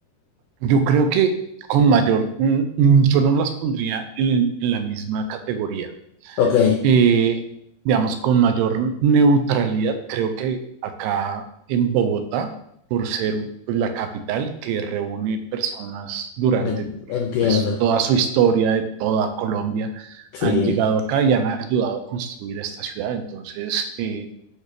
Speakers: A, on the right; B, on the left.
A: Yo creo que con mayor, mm, mm, yo no las pondría en, en la misma categoría.
B: Ok,
A: Eh, digamos, con mayor neutralidad, creo que acá en Bogotá, por ser pues, la capital que reúne personas durante
B: le- entiendo.
A: pues, toda su historia de toda Colombia,
B: Sí,
A: han llegado acá y han ayudado a construir esta ciudad. Entonces, eh,